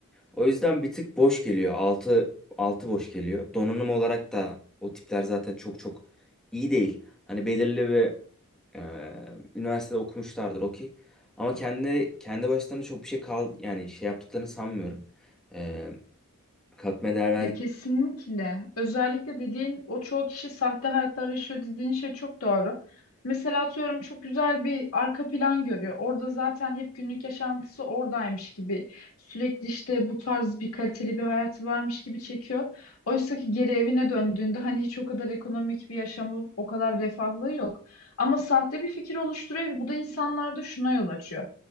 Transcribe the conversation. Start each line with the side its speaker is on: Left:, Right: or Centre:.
Centre: O yüzden bir tık boş geliyor. 6 6 boş geliyor. Donanım olarak da o tipler zaten çok çok iyi değil. Hani belirli bir e, üniversitede okumuşlardır okey. Ama kendi kendi başlarına çok bir şey kal yani şey yaptıklarını sanmıyorum. E, katma değer
Left: Ya kesinlikle. Özellikle dediğin o çoğu kişi sahte hayatlar yaşıyor dediğin şey çok doğru. Mesela atıyorum çok güzel bir arka plan görüyor. Orada zaten hep günlük yaşantısı oradaymış gibi. Sürekli işte bu tarz bir kaliteli bir hayatı varmış gibi çekiyor. Oysa ki geri evine döndüğünde hani hiç o kadar ekonomik bir yaşamı, o kadar refahlığı yok. Ama sahte bir fikir oluşturuyor ve bu da insanlarda şuna yol açıyor.